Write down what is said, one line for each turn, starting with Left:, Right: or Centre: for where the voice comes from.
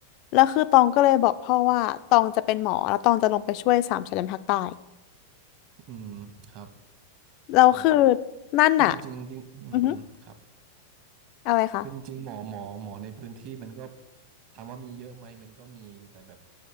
Left: แล้วคือตองก็เลยบอกพ่อว่าตองจะเป็นหมอแล้วตองจะลงไปช่วยสามชายแดนภาคใต้
Right: อืมครับ
Left: แล้วคือ
Right: ฟัง
Left: นั่นน่ะ
Right: คือจริงๆจริงอืมอืมครับ
Left: อือฮึอะไรคะ
Right: คือจริงๆหมอหมอหมอในพื้นที่มันก็ถามว่ามีเยอะไหมมันก็มีแต่แบบ